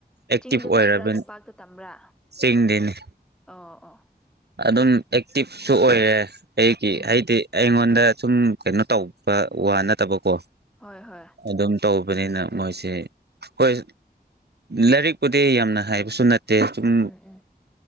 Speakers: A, on the right; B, in the centre.
A: ꯑꯦꯛꯇꯤꯚ
B: ꯆꯤꯡꯗ ꯇꯝꯕ꯭ꯔꯥ-ꯇꯝꯄꯥꯛꯇ
A: ꯑꯣꯏꯔꯕꯅꯤ
B: ꯇꯝꯕ꯭ꯔꯥ
A: ꯆꯤꯡꯗꯤꯅꯤ
B: ꯑꯣ ꯑꯣ
A: ꯑꯗꯨꯝ ꯑꯦꯛꯇꯤꯞꯁꯨꯑꯣꯏꯔꯦ ꯑꯩꯒꯤ
B: ꯎꯝ
A: ꯍꯥꯏꯗꯤ ꯑꯩꯉꯣꯟꯗ ꯗꯥ ꯁꯨꯝ ꯀꯩꯅꯣ ꯇꯧꯕ ꯋꯥ ꯅꯠꯇꯕꯀꯣ
B: ꯍꯣꯏꯍꯣꯏ
A: ꯑꯗꯨꯝ ꯇꯧꯕꯅꯤꯅ ꯃꯣꯏꯖꯦ ꯍꯣꯏ ꯂꯥꯏꯔꯤꯛꯄꯨꯗꯤ ꯌꯥꯝꯅ ꯍꯥꯏꯕꯁꯨ ꯅꯠ ꯗꯦ ꯆꯨꯝ
B: ꯎꯝ ꯎꯝ